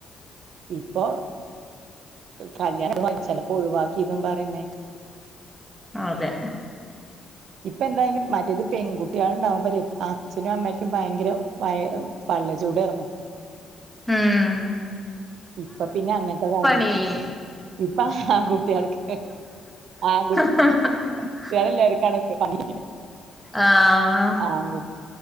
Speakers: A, on the right (about 70°); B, in the centre.
A: ഇപ്പൊ കല്യാണം കഴിച്ചല്ലെ ഇപ്പൊ ഒഴിവാക്കിന്നും പറയുന്നേക്കാ
B: അതെ
A: ഇപ്പ എന്തായാലും മറ്റേത് പെൺകുട്ടികള്ണ്ടാവുമ്പോ ഒരു അച്ഛനും അമ്മക്കും ഭയങ്കരയ പള്ള ചൂട് ഏർന്നു
B: ഉം
A: ഇപ്പൊ പിന്നെ അങ്ങനത്തെ കാര്യം
B: ഉം.
A: ഇപ്പ ആൺകുട്ടികൾക്ക് ആൺകുട്ടി
B: ആ ആഹ ആ
A: കുട്ടിയാള് ഉള്ളോര്ക്കാണ് ഇപ്പോപണി
B: ആഹ്
A: ആൺകു